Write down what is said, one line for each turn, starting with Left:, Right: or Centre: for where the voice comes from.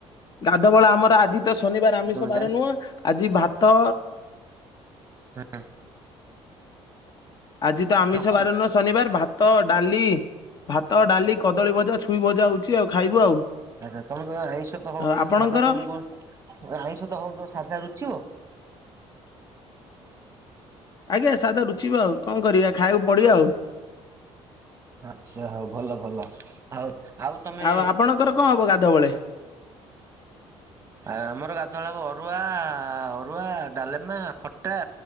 Left: ଗାଧୁଆବେଳ ଆମର ଆଜି ତ ଶନିବାର ଆମିଷ
Right: ତମେ
Left: ବାର ନୁହଁ ଆଜି ଭାତ
Right: ହୁଁ।
Left: ଆଜି ତ ଆମିଷ
Right: ହଁ କୁହନ୍ତୁ।
Left: ବାର ନୁହ ଶନିବାର ଭା ଭାତ ଡାଲି ଭାତ ଡାଲି କଦଳୀଭଜା ଛୁଇ ଭଜା ହଉଛି ଆଉ ଖାଇବୁ ଆଉ
Right: ଆଚ୍ଛା ତମେ ତ ଆଇଁଷ ତ ହଉନି
Left: ଆଉ ଆପଣଙ୍କର?
Right: ସାଧା ତମକୁ ଆଇଁଷ ତ ହଉନି ସାଧା ରୁଚିବ?
Left: ଆଜ୍ଞା ସାଦା ରୁଚିବ ଆଉ କଣ କରିବା ଖାଇବାକୁ ପଡିବ ଆଉ
Right: ଆଚ୍ଛା ହଉ ଭଲ ଭଲ ଆଉ ଆଉ ତମେ
Left: ଆଉ ଆପଣଙ୍କର କଣ ହବ ଗାଧୁଆବେଳେ?
Right: ଆ ଆମର ଗାଧୁଆବେଳେ ହବ ଅରୁଆ ଅରୁଆ ଡାଲେମା ଖଟା